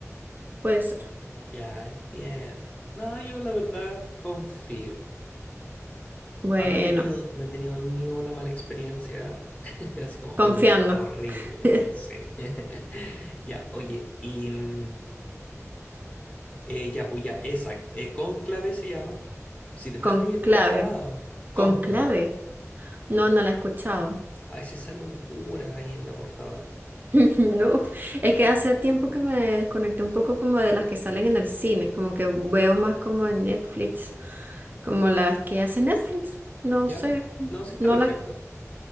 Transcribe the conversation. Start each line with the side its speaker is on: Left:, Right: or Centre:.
Right: Puede ser.
Left: Ya entiendo. No, yo la verdad confío.
Right: Bueno,
Left: Ah, no he tenido, no he tenido ni una mala experiencia. <laughs> Así como,
Right: confiando.
Left: uy, no, está horrible.
Right: <laughs>
Left: Sí. <laughs> Ya, oye, y... mm, Eh, ya, pues ya, esa. eh, Cónclave se llama. Si te mal
Right: Conclave.
Left: la he escuchado, Cónclave.
Right: Conclave. No, no la he escuchado.
Left: A ver si sale un cura ahí en la portada.
Right: <laughs> No, es que hace tiempo que me desconecté un poco como de las que salen en el cine, como que veo más como en Netflix, como las que hace Netflix. No
Left: ¿Ya?
Right: sé,
Left: No, sí está
Right: no
Left: perfecto.
Right: las...